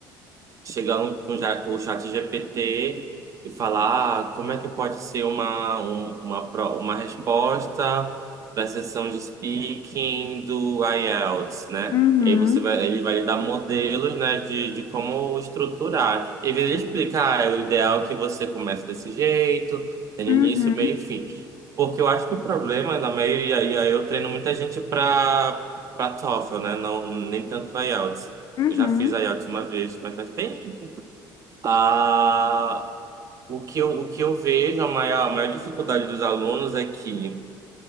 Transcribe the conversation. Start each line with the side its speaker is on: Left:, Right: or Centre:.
Right: chegaram com ja- o chat GPT e falar ah, como é que pode ser uma, um- uma, pro- uma resposta da sessão de speaking do IELTS, né?
Left: Uhum,
Right: E aí você vai, ele vai lhe dar modelos, né, de, de como estruturar. E aí ele explica, ah, é o ideal é que você comece desse jeito, tem
Left: uhum,
Right: início, meio e fim. Porque eu acho que o problema da maioria, e aí eu treino muita gente para para TOEFL, né? Não, nem tanto IELTS.
Left: uhum,
Right: Eu já fiz IELTS uma vez, mas faz tempo. Ah, o que eu, o que eu vejo, a maior, a maior dificuldade dos alunos é que,